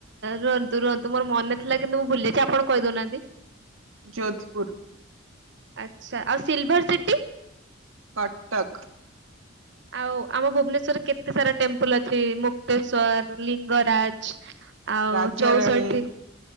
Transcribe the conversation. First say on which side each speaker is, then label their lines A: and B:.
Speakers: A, on the right; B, on the right.
A: ରୁହନ୍ତୁ ରୁହନ୍ତୁ ମୋର ମନେ ଥିଲା କିନ୍ତୁ ମୁଁ ଭୁଲିଯାଇଛି ଆପଣ କହିଦଉନାହାନ୍ତି।
B: ଯୋଧ୍ପୁର୍।
A: ଆଚ୍ଛା ଆଉ ସିଲ୍ଭର ସିଟି।
B: କଟକ୍।
A: ଆଉ ଆମ ଭୁବନେଶ୍ଵରରେ କେତେ ସାରା ଟେମ୍ପଲ ଅଛି ମୁକ୍ତେଶ୍ଵର ଲିଙ୍ଗରାଜ୍। ଆଉ
B: ରାଜାରାଣୀ,
A: ଚୋଉଷଠି